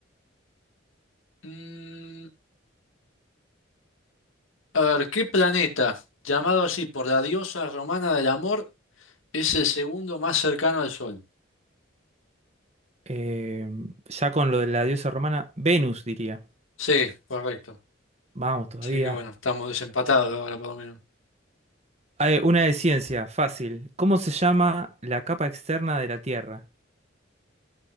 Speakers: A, on the left (about 85°); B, on the right (about 30°).
A: Mm, a ver, ¿qué planeta, llamado así por la diosa romana del amor, es el segundo más cercano al Sol?
B: Eh, ya con lo de la diosa romana, Venus diría.
A: Sí, correcto.
B: Vamos todavía.
A: Así que bueno, estamos desempatados ahora por lo menos.
B: Ah, eh, una de ciencia, fácil. ¿Cómo se llama la capa externa de la Tierra?